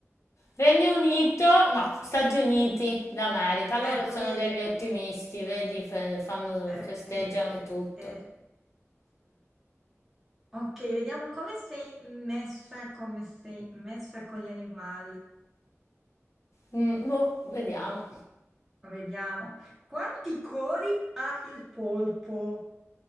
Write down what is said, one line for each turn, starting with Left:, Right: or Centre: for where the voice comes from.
Left: Regno Unito, no, Stati Uniti d'America, loro
Centre: Ecco,
Left: sono
Centre: vedi.
Left: degli ottimisti, vedi, fe- fanno-
Centre: Eh,
Left: festeggiano
Centre: eh,
Left: tutto.
Centre: eh. eh. Ok, vediamo come sei messa, come sei messa con gli animali.
Left: Mm, boh, vediamo.
Centre: Vediamo. Quanti cori ha il polpo?